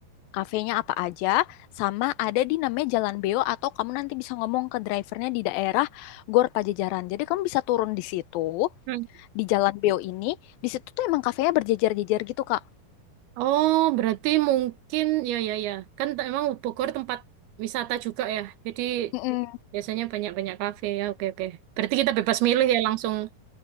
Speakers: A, on the left; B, on the right.
A: kafenya apa aja sama ada di namanya Jalan Beo atau kamu nanti bisa ngomong ke drivernya di daerah Gor Pajajaran jadi kamu bisa turun di situ
B: Hmm.
A: di Jalan Beo ini di situ tuh emang kafenya berjejer-jejer gitu kak
B: Oh, berarti mungkin, ya, ya, ya. Kan t- emang Bogor tempat wisata juga ya. Jadi
A: Mm-mm.
B: biasanya banyak-banyak kafe. Ya, oke, oke. Berarti kita bebas milih ya langsung.